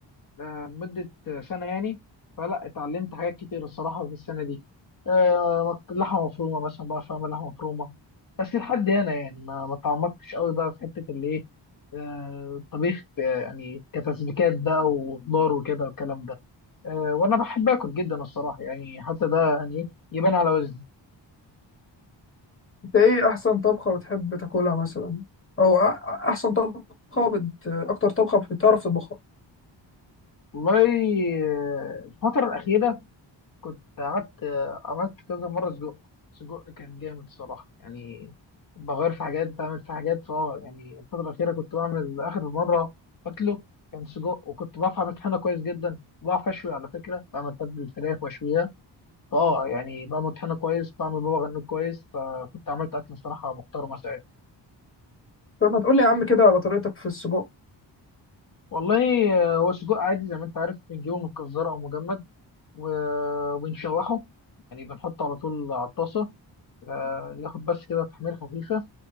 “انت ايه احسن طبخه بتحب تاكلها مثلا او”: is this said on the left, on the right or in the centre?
Left